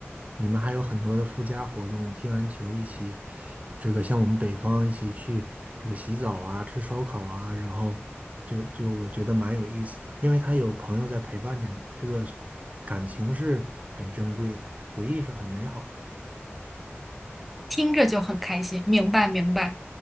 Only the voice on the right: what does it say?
你们还有很多的附加活动，踢完球一起，这个像我们北方一起去这个洗澡啊、吃烧烤啊，然后就就我觉得蛮有意思的，因为他有朋友在陪伴着你，这个感情是很珍贵的，回忆是很美好的，